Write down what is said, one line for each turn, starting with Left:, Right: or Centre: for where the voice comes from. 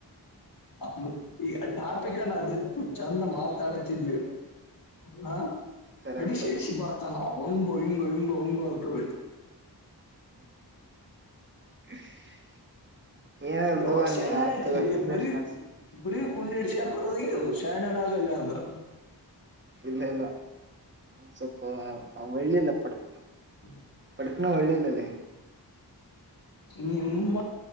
Left: ಮ ಈ ಟಾಪಿಕನ ಅದಿತ್ತು ಚಂದ ಮಾತಾಡ್ತಿದ್ವಿ ಹ
Right: ಸರಿಯಾಗ್
Left: ಎಡಿಸಿ
Right: ನೋಡಲ್ಲ
Left: ಎಡಿಸಿ ಬರ್ತ ನಾ ಹಂಗೋ ಹಿಂಗೊ ಹಿಂಗೋ ಒಂಗತತ
Right: <unintelligible> ಏನಿಲ್ಲ
Left: ಯಾವಾಗ
Right: ತಗೋ
Left: ಶ
Right: ನೀ
Left: ಏನ್
Right: ಆಯ್ತು
Left: ಏನಐತಿಲ್ಲಿ
Right: ತಗೋ ಪ್ರಿಪ್ರೇಷನ್
Left: ಬರೀ
Right: ನಡ್ಸಿ
Left: ಬರೀ ಕುಂಡಿಡ್ ಶಪರ್ದಗ ಅದು ಶಣಣ್ಣ ಆಗಲ್ಲ ಅಂದ್ರ
Right: ಇಲ್ಲ ಇಲ್ಲ ಸ್ವಲ್ಪ ಮಳ್ಳಿಯಲ್ಲ ಪಡ್ತ
Left: ಹ್ಮ
Right: ಎತ್ನ ಒಳ್ಳೇಿಲ್ಲಲ್ಲೇ
Left: ನಿಮ್ಮ